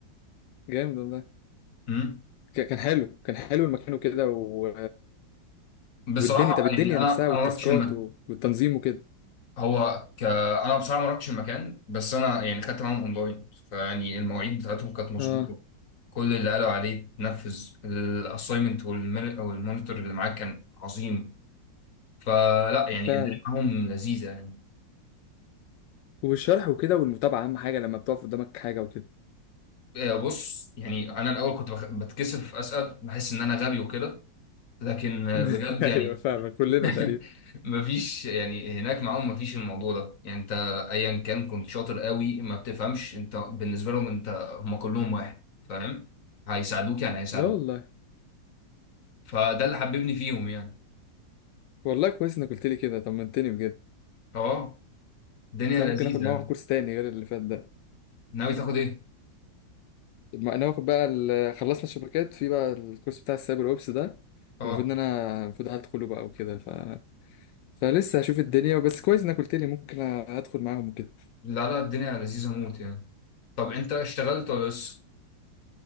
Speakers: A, on the left (about 80°); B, on the left (about 50°).
A: جامد والله
B: امم
A: ك- كان حلو كان حلو المكان وكده و...
B: بصراحه
A: والدنيا طب الدنيا
B: يعني انا
A: نفسها
B: انا
A: والتاسكات
B: ما رحتش المكان
A: و- والتنظيم وكده
B: هو ك... انا بصراحه ما رحتش المكان بس انا يعني خدت معاهم اونلاين فيعني المواعيد بتاعتهم كانت مظبوطه
A: اه
B: كل اللي قالوا عليه نفذ الاساينمنت والمونيتور اللي معاك كان عظيم فلا يعني
A: فعلا
B: الدنيا معاهم لذيذه يعني
A: والشرح وكده والمتابعة أهم حاجة لما بتقف قدامك حاجة وكده
B: آه، بص يعني انا الاول كنت بخ- بتكسف اسال بحس ان انا غبي وكده لكن آه،
A: <laughs>
B: بجد
A: ايوه
B: يعني
A: فاهمك كلنا
B: <laughs>
A: تقريبا
B: مفيش يعني هناك معاهم مفيش الموضوع ده يعني انت ايا كان كنت شاطر قوي ما بتفهمش انت بالنسبه لهم انت هم كلهم واحد فاهم هيساعدوك يعني هيساعدوك
A: لا والله
B: فده اللي حببني فيهم يعني
A: والله كويس انك قلت لي كده طمنتني بجد
B: اه الدنيا
A: بس انا
B: لذيذه
A: ممكن اخد معاهم
B: يعني.
A: كورس تاني غير اللي فات ده
B: ناوي تاخد ايه
A: ما انا واخد بقى ال- خلصنا الشبكات في بقى الكورس بتاع السايبر اوبس ده
B: اه
A: المفروض ان انا المفروض هدخله بقى وكده ف فلسه هشوف الدنيا بس كويس انك قلت لي ممكن ادخل معاهم وكده
B: لا لا الدنيا لذيذة موت يعني طب انت اشتغلت ولا لسه؟